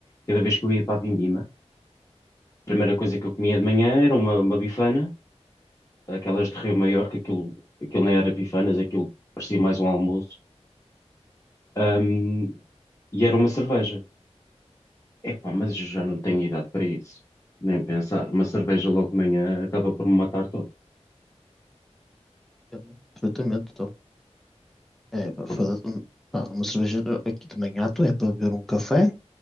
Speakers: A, on the left; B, in the centre.
A: cada vez que eu ia para a Vindima, primeira coisa que eu comia de manhã era uma, uma bifana, aquelas de Rio Maior, que aquilo, aquilo nem era bifanas, aquilo parecia mais um almoço, Ahm, e era uma cerveja. Epá, mas eu já não tenho idade para isso, nem pensar. Uma cerveja logo de manhã acaba por me matar todo.
B: Entendo Perfeitamente, então. É, pá,
A: Por-
B: foda pá, uma cerveja eh, aqui de manhã, tu é para beber um café